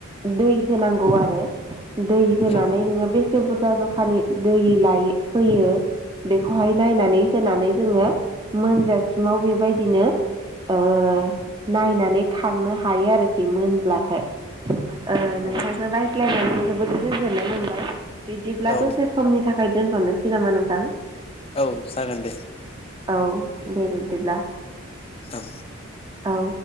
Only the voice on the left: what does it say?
औ
औ
औ
औ जागोन दे
औ